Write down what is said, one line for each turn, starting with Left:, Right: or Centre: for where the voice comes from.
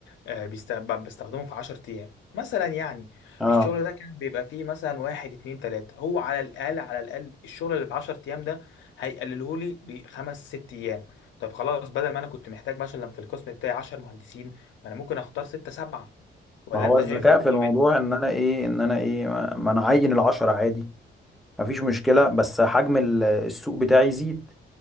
Left: آه، بيست- ب- بستخدمه في 10 ايام مثلا يعني
Centre: اه
Left: الشغل ده كان بيبقى فيه مثلا واحد اتنين تلاتة هو على الاقل على الاقل الشغل اللي ب 10 ايام ده هيقلله لي لخمس ست ايام طب خلاص بدل ما انا كنت محتاج مثلا في القسم بتاعي 10 مهندسين ما انا ممكن اختار ستة سبعة ولا
Centre: ما هو
Left: انت
Centre: الذكاء
Left: شايف الموضوع
Centre: في الموضوع ان انا ايه ان انا ايه ما ما انا عين العشرة عادي مفيش مشكله بس حجم ال- السوق بتاعي يزيد